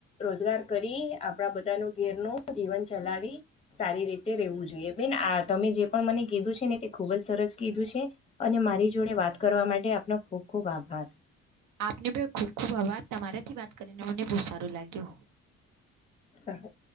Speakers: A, on the left (about 20°); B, on the right (about 75°).
A: રોજગાર કરી, આપણા બધાનું ઘેરનું જીવન ચલાવી સારી રીતે રેહવું જોઈએ. બેન આ તમે જે પણ મને કીધું છે ને, તે ખુબ જ સરસ કીધું છે અને મારી જોડે વાત કરવા માટે આપનો ખૂબ ખૂબ આભાર
B: આપને બે ખૂબ ખુબ આભાર તમારાથી વાત કરીને મને બહુ સારું લાગ્યું
A: સહેદ